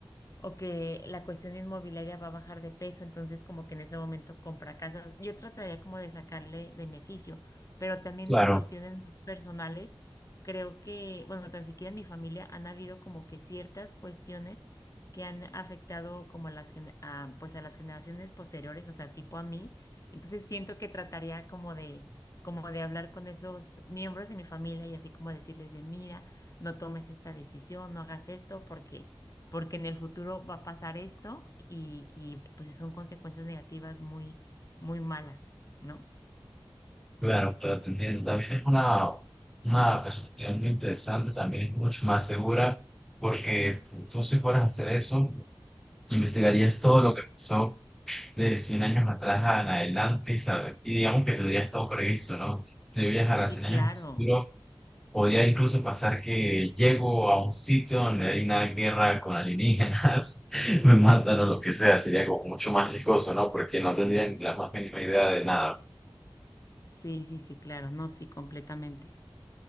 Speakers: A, on the left; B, in the centre.
A: o que la cuestión inmobiliaria va a bajar de peso, entonces como que en ese momento compra casas. Yo trataría como de sacarle beneficio, pero también
B: claro,
A: en cuestiones más personales, creo que, bueno, tan siquiera en mi familia han habido como que ciertas cuestiones que han afectado como a las, gen- a, pues a las generaciones posteriores, o sea, tipo a mí. Entonces siento que trataría como de, como de hablar con esos miembros de mi familia y así como decirles de, mira, no tomes esta decisión, no hagas esto, porque porque en el futuro va a pasar esto y, y, pues son consecuencias negativas muy, muy malas, ¿no?
B: claro, claro, te entiendo. También es una, una perspectiva muy interesante, también es mucho más segura, porque tú si fueras a hacer eso, investigarías todo lo que pasó de 100 años atrás en adelante, ¿sabes? Y digamos que tendría todo previsto, ¿no? De viajar
A: Sí,
B: a 100
A: claro.
B: años en el futuro, podría incluso pasar que llego a un sitio donde hay una guerra con alienígenas, <laughs> me matan o lo que sea, sería como mucho más riesgoso, ¿no? Porque no tendrían la más mínima idea de nada.
A: Sí, sí, sí, claro. No, sí, completamente.